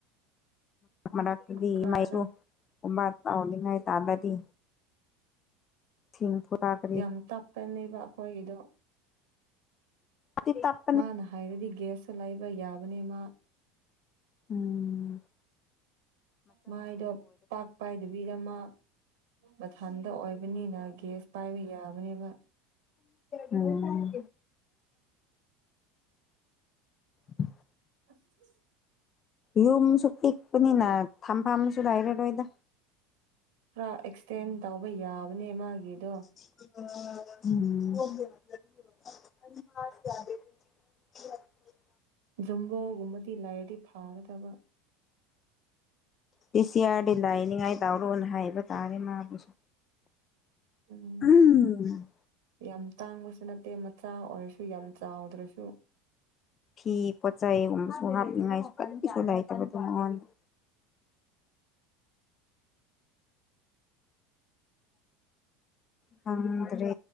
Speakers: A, on the left; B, on the right.
A: ꯃꯅꯥꯛꯇꯗꯤ
B: ꯀꯨꯀꯔꯗ
A: ꯃꯩꯁꯨ ꯀꯝꯕ ꯇꯥꯎꯅꯤꯉꯥꯏ ꯇꯗꯥꯗꯤ ꯁꯤꯡ UNINTELLIGIBLE
B: ꯌꯥꯝ ꯇꯞꯄꯅꯦꯕ ꯑꯩꯈꯣꯏꯒꯤꯗꯣ
A: UNINTELLIGIBLE
B: ꯃꯥꯅ ꯍꯥꯏꯔꯗꯤ ꯒ꯭ꯌꯥꯁꯇ ꯂꯩꯕ ꯌꯥꯕꯅꯤ ꯃꯥ
A: ꯎꯝ
B: ꯃꯥꯥꯏꯗꯣ ꯄꯥꯛ ꯄꯥꯏꯗ ꯕꯤꯕꯗ ꯃꯥ ꯃꯊꯟꯗ ꯑꯣꯏꯕꯅꯤꯅ ꯒ꯭ꯌꯥꯁ ꯄꯥꯏꯕ ꯌꯥꯕꯅꯦꯕ
A: ꯎꯝ INAUDIBLE
B: ꯑꯁ
A: ꯌꯨꯝꯁꯨ ꯄꯤꯛꯄꯅꯤꯅ ꯊꯝꯐꯥꯝꯁꯨ ꯂꯩꯔꯔꯣꯏꯗ
B: ꯈꯔ ꯑꯦꯛꯁꯇꯦꯟ ꯇꯧꯕ ꯌꯥꯕꯅꯦ ꯃꯥꯒꯤꯗꯣ
A: ꯎꯝ UNINTELLIGIBLE
B: ꯖꯨꯝꯕꯣꯒꯨꯝꯕꯗꯤ ꯂꯥꯏꯔꯗꯤ ꯐꯥꯒꯗꯕ
A: ꯗꯤ ꯁꯤ ꯑꯥꯔ ꯗꯤ ꯂꯥꯏꯅꯤꯡꯉꯥꯏ ꯇꯧꯔꯣꯅ ꯍꯥꯏꯕ ꯇꯥꯔꯦ ꯃꯥꯕꯨꯁꯨ
B: ꯎꯝ
A: ꯎꯝ
B: ꯌꯥꯝ ꯇꯥꯡꯕꯁꯨ ꯅꯠꯇꯦ ꯃꯆꯥ ꯑꯣꯏꯔꯁꯨ ꯌꯥꯝ ꯆꯥꯎꯗ꯭ꯔꯁꯨ
A: ꯐꯤ ꯄꯣꯠꯆꯩꯒꯨꯝꯕꯁꯨ ꯍꯥꯞꯅꯤꯡꯉꯥꯏꯁꯨ ꯀꯔꯤꯁꯨ ꯂꯩꯇꯕꯗꯣ ꯃꯉꯣꯟꯗ ꯈꯪꯗ꯭ꯔꯦ